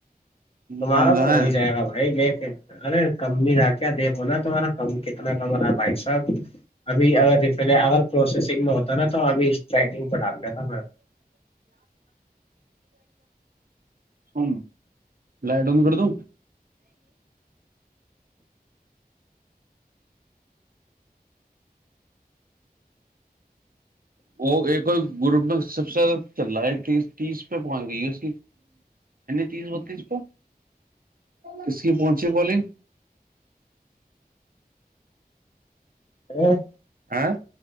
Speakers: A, on the left (about 35°); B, on the right (about 65°).
A: تمہارا
B: کم جائیں
A: تو ہو ہی جائے گا بھائی میں ارے کم نہیں رہا کیا دیکھو نا تمہارا کم کتنا کم
B: ب لان <unintelligible>
A: رہا بھائی صاحب ابھی اگر ریفل اگر پروسیسنگ میں ہوتا نا تو ابھی اسٹرائکنگ پہ ڈال دیتا میں
B: سم لائٹ ان کر دو وہ ایک گروپ میں سب سے زیادہ چل رہا ہے تیس تیس پہ پہنچ گئی ہے اس تیس بتیس پہ کس کی پہنچی کالنگ
A: <inaudible>
B: آاں